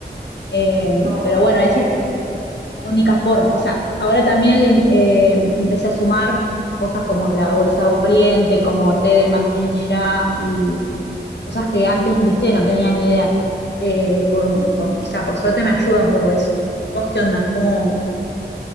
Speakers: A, on the left; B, on the right.
A: Eh,
B: No,
A: pero bueno,
B: qué feo.
A: esa es la única forma. O sea, ahora también le, eh, empecé a sumar cosas como la bolsa de agua caliente, como té de manzanilla y cosas que antes, viste, no tenía ni idea. Eh, y por, por- o sea, por suerte me ayuda un poco eso. ¿Vos qué onda? ¿Cómo